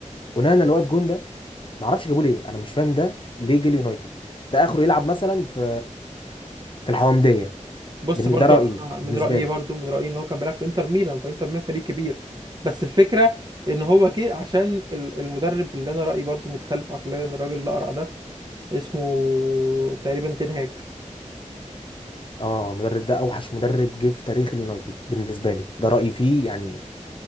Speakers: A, on the left; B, on the right.
A: اونانا اللي واقف جون ده ما اعرفش جابوه ليه انا مش فاهم ده ليه جه اليونايتد ده اخره يلعب مثلا في في الحومديه
B: بص
A: بن-
B: برضو
A: ده رايي
B: انا من
A: بالنسبه
B: رايي
A: لي
B: برضو من رايي ان هو كان بيلعب في انتر ميلان فانتر ميلان فريق كبير بس الفكره ان هو جه عشان ال- المدرب اللي انا رايي برضو متخلف عقليا الراجل اللي اقرع ده اسمه تقريبا تنهاج
A: اه المدرب ده اوحش مدرب جه في تاريخ اليونايتد بالنسبه لي ده رايي فيه يعني